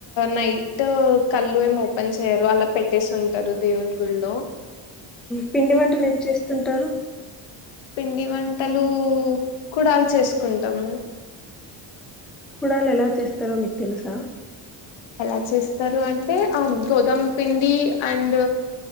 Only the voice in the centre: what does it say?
పిండి వంటలు ఏం చేస్తా తుంటారు
కుడాల్లు ఎలా చేస్తారో మీకు తెలుసా